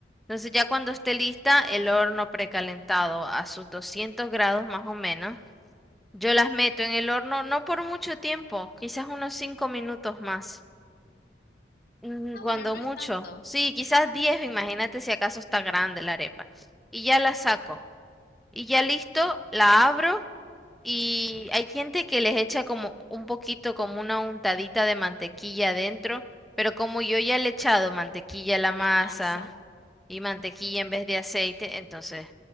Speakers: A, in the centre; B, on the left.
A: Entonces ya cuando esté lista el horno precalentado a sus 200 grados más o menos, yo las meto en el horno no por mucho tiempo, quizás unos 5 minutos más, mm,
B: Ah,
A: cuando
B: bueno, no
A: mucho.
B: es tanto
A: Sí, quizás 10. imagínate si acaso está grande la arepa. Y ya la saco. Y ya listo, la abro y hay gente que les echa como un poquito, como una untadita de mantequilla adentro, pero como yo ya le he echado mantequilla a la
B: a
A: masa,
B: la masa.
A: y mantequilla en vez de aceite, entonces